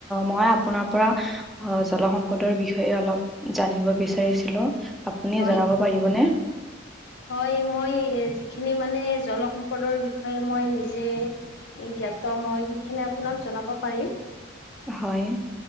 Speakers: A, in the centre; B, on the left (about 60°).
A: মই আপোনাৰ পৰা- অ' জলসম্পদৰ বিষয়ে অলপ জানিব বিচাৰিছিলো, আপুনি
B: হয়
A: জনাব পাৰিবনে?
B: হয়, মই যিখিনি মানে জলসম্পদৰ বিষয়ে মই নিজে- জ্ঞাত মই সেইখিনি আপোনাক জনাব পাৰিম।
A: হয়,